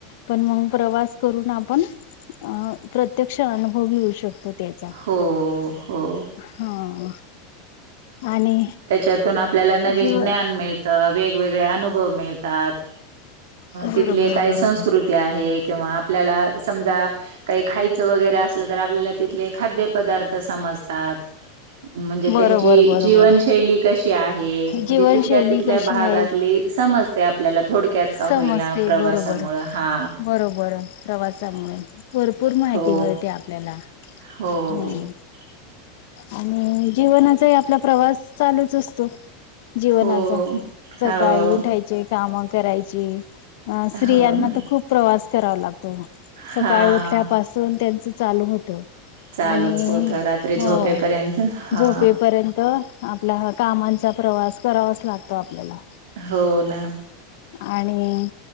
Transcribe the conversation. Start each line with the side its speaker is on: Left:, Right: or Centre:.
Left: पण मग प्रवास करून आपण प्रत प्रत्यक्ष अनुभव घेऊ शकतो त्याचा
Right: हो हो
Left: हा आणि
Right: त्याच्यातून आपल्याला नवीन
Left: किंवा
Right: ज्ञान मिळतं वेगळे अनुभव मिळतात
Left: बरोबर
Right: तिथले काही
Left: बरोबर
Right: संस्कृती आहे किंवा आपल्याला समजा काही खायचं वगैरे असलं तर आपल्याला तिथले खाद्य पदार्थ समजतात म्हणजे
Left: बरोबर
Right: त्यांची
Left: बरोबर
Right: जीवनशैली कशी आहे हे म्हणजे
Left: जीवनशैली
Right: तिथल्या तिथल्या
Left: कशी
Right: भागातली
Left: आहे
Right: समज ते आपल्याला थोडक्यात का
Left: समजते
Right: होईना प्रवासामुळे
Left: बरोबर
Right: हा
Left: बरोबर प्रवासामुळे भरपूर माहिती
Right: हो
Left: मिळते आपल्याला
Right: हो
Left: हम्म आणि जीवनाचाही आपला प्रवास चालूच असतो जीवनाचा
Right: हो
Left: सकाळी
Right: हो
Left: उठायचे कामं करायची स्त्रियांना
Right: हो ना
Left: तर खूप प्रवास करावा लागतो सकाळी
Right: हा
Left: उठल्या पासून त्यांच चालू होतो
Right: चालूच
Left: आणि
Right: होत रात्री
Left: हो
Right: झोपेपर्यंत हा
Left: झोपे पर्यंत आपल कामांचा प्रवास करावाच लागतो आपल्याला
Right: हो ना
Left: आणि